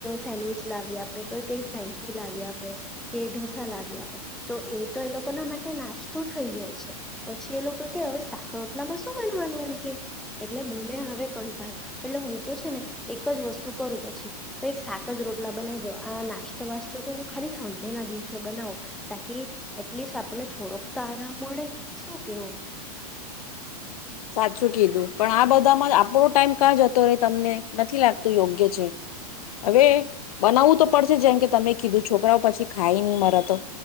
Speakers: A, in the centre; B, on the left.
A: સેન્ડવીચ લાવી આપે કઈ કઈ ફ્રાઈંગ ી લાવી આપે કે ઢોસા લાવી આપે. તો એ તો એ લોકો ના માટે નાસ્તો થઈ જાય છે, પછી એ લોકો કે હવે સાક રોટલામાં વાનુંમ કે, એટલે મને હવે કંટાળો, એટલે હું તો છે ને એક જ વસ્તુ કરું પછી તો એક સાાક જ રોટલા બનાવી દઉ આ નાસ્તો વાસ્ ખાલી સંડે ના દિવસે બનાવું, તાકી એટલીસ્ટ આપણે થોડોક તારા મોડે, શું કવો?
B: સાચું કીધું પણ આ બધામાં આપણો ટાઈમ કાં જ હતો ર તમને નથી લાગતું યોગ્ય છે, હવે બનાવવું તો પડશે જેમ કે તમે કીધું છોકરાઓ પછી ખાઈ નહીં મરાતો,